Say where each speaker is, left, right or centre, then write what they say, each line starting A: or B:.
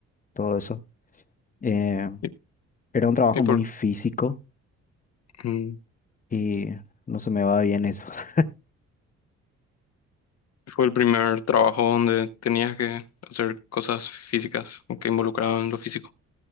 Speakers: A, on the left; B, on the left.
A: todo eso. Eh,
B: ¿Y,
A: era un trabajo
B: y por,
A: muy físico
B: mm,
A: y no se me va bien eso. <laughs>
B: Fue el primer trabajo donde tenías que hacer cosas físicas o que involucraban lo físico.